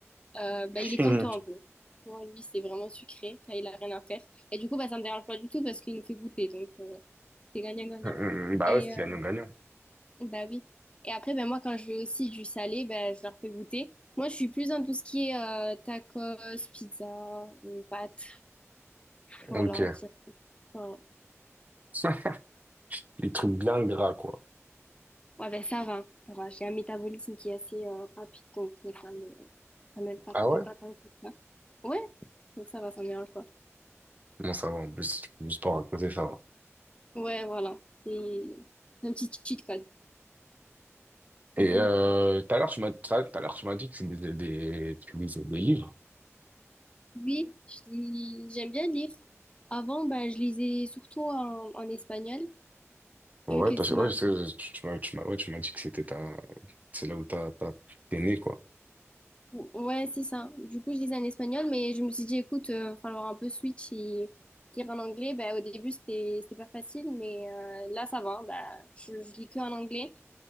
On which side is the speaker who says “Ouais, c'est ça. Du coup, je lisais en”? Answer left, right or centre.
Left